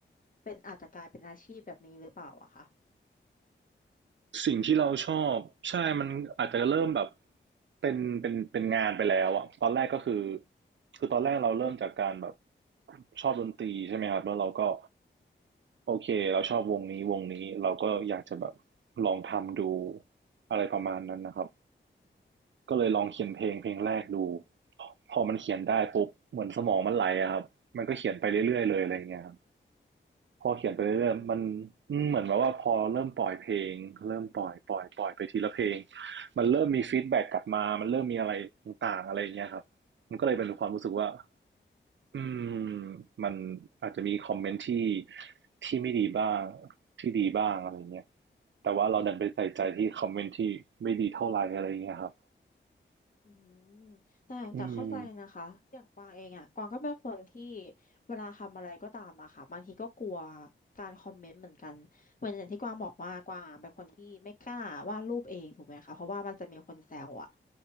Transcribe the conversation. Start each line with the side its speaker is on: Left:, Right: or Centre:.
Left: เป็นอาจจะกลายเป็นอาชีพแบบนี้หรือเปล่าอะคะ
Right: สิ่งที่เราชอบใช่มันอาจจะเริ่มแบบเป็นเป็นเป็นงานไปแล้วอะตอนแรกก็คือคือตอนแรกเราเริ่มจากการแบบชอบดนตรีใช่ไหมครับแล้วเราก็โอเคเราชอบวงนี้วงนี้เราก็อยากจะแบบลองทำดูอะไรประมาณนั้นนะครับก็เลยลองเขียนเพลงเพลงแรกดูพอมันเขียนได้ปุ๊บเหมือนสมองมันไหลอะครับมันก็เขียนไปเรื่อยๆเลยอะไรเงี้ยครับ พอเขียนไปเรื่อยๆมัน
Left: อืม
Right: เหมือนแบบว่าพอเริ่มปล่อยเพลงเริ่มปล่อยปล่อยปล่อยไปทีละเพลงมันเริ่มมีฟีดแบ็กกลับมามันเริ่มมีอะไรต่างๆอะไรอย่างเงี้ยครับมันก็เลยเป็นความรู้สึกว่าอืมมันอาจจะมีคอมเมนต์ที่ที่ไม่ดีบ้างที่ดีบ้างอะไรเงี้ยแต่ว่าเราดันไปใส่ใจที่คอมเมนต์ที่ไม่ดีเท่าไหร่อะไรเงี้ยครับ
Left: อืมแต่แต่เข้าใจนะคะอย่างกวางเองอ่ะกวางก็เป็นคนที่
Right: อืม
Left: เวลาทำอะไรก็ตามอะค่ะบางทีก็กลัวการคอมเมนต์เหมือนกันเหมือนอย่างที่กวางบอกว่ากวางเป็นคนที่ไม่กล้าวาดรูปเองถูกไหมคะเพราะว่ามันจะมีคนแซวอ่ะ